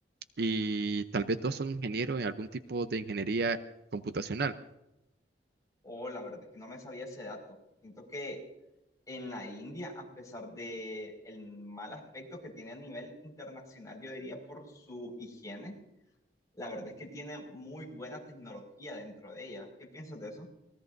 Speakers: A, on the right; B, on the left.
A: y tal vez dos son ingenieros en algún tipo de ingeniería computacional.
B: Oh, la verdad es que no me sabía ese dato. Siento que en la India, a pesar de el mal aspecto que tiene a nivel internacional, yo diría por su higiene, la verdad es que tiene muy buena tecnología dentro de ella. ¿Qué piensas de eso?